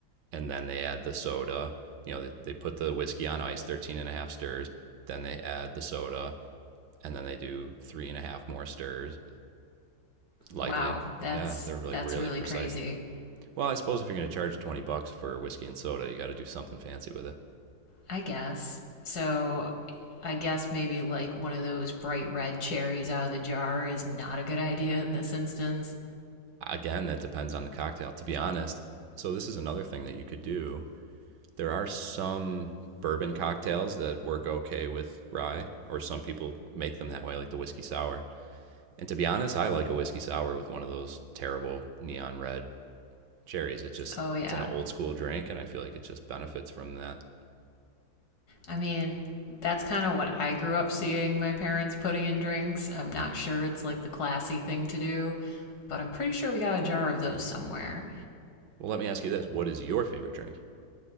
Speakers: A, on the right (about 75°); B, on the left (about 60°).
A: and then they add the soda. You know, they, they put the whiskey on ice, 13 and a half stirs, then they add the soda, and then they do three and a half more stirs lightly.
B: Wow, that's
A: Yeah, they're like
B: that's
A: really
B: really
A: precise.
B: crazy.
A: Well, I suppose if you're going to charge 20 bucks for whiskey and soda, you got to do something fancy with it.
B: I guess. So I guess maybe like one of those bright red cherries out of the jar is not a good idea in this instance.
A: Again, that depends on the cocktail, to be honest. So, this is another thing that you could do. There are some bourbon cocktails that work okay with rye, or some people make them that way, like the whiskey sour. And to be honest, I like a whiskey sour with one of those terrible neon red cherries. It's just,
B: Oh yeah.
A: it's an old school drink, and I feel like it just benefits from that.
B: I mean, that's kind of what I grew up seeing my parents putting in drinks. I'm not sure it's like the classy thing to do, but I'm pretty sure we got a jar of those somewhere.
A: Well, let me ask you this what is your favorite drink?